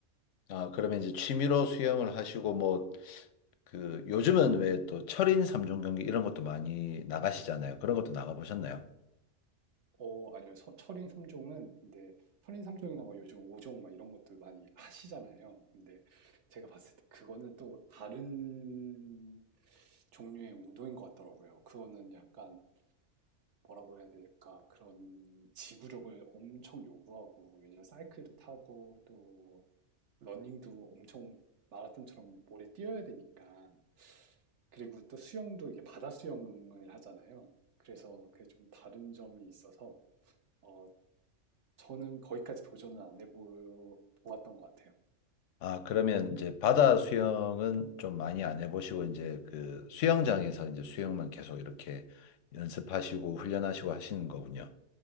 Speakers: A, on the left (about 80°); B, on the right (about 70°).
A: 아, 그러면 이제 취미로 수영을 하시고 뭐 그 요즘은 왜 또 철인 3종 경기 이런 것도 많이 나가시잖아요. 그런 것도 나가보셨나요?
B: 어, 아니요. 서, 철인 3종은 근데 철인 3종이나 막 요즘 5종 막 이런 것도 많이 <laughs> 하시잖아요. 근데 제가 봤을 때 그거는 또 다른 종류의 운동인 것 같더라고요. 그거는 약간 뭐라고 해야 될까? 그런 지구력을 엄청 요구하고 왜냐면 사이클도 타고 또 러닝도 엄청 마라톤처럼 오래 뛰어야 되니까 그리고 또 수영도 이게 바다 수영을 하잖아요. 그래서 그게 좀 다른 점이 있어서 어, 저는 거기까지 도전은 안 해보았던 것 같아요.
A: 아, 그러면 이제 바다 수영은 좀 많이 안 해보시고 이제 그 수영장에서 이제 수영만 계속 이렇게 연습하시고 훈련하시고 하시는 거군요.